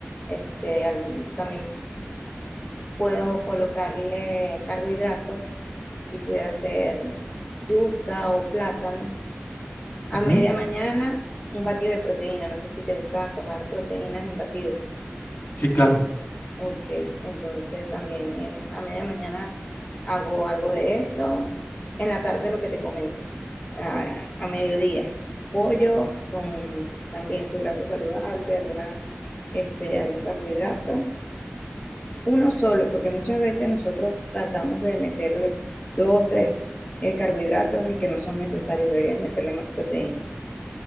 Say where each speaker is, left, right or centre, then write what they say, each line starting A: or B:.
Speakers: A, on the left (about 30°); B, on the left (about 55°).
A: este, algún, también puedo colocarle carbohidratos y pudiera ser yuca o plátano. A
B: Ujú.
A: media mañana, un batido de proteína. No sé si te gusta tomar proteínas en batido.
B: Sí, claro.
A: Ok, entonces también en- a media mañana hago algo de eso. En la tarde lo que te comento, a, a mediodía, pollo con también su grasa saludable, alguna, este, algún carbohidrato. uno solo, porque muchas veces nosotros tratamos de meterle dos, tres eh, carbohidratos y que no son necesarios, deberías meterle más proteína,